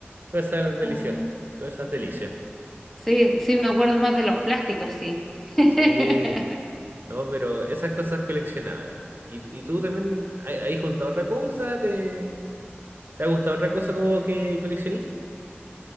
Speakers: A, on the right (about 55°); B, in the centre.
A: todas esas delicias,
B: Ah,
A: todas esas delicias.
B: sí, sí, me acuerdo más de los plásticos, sí. <laughs>
A: Sí, no, pero esas cosas coleccionaba. ¿Y, y tú también hay- juntado otra cosa? ¿Te, te ha gustado otra cosa como que coleccioné?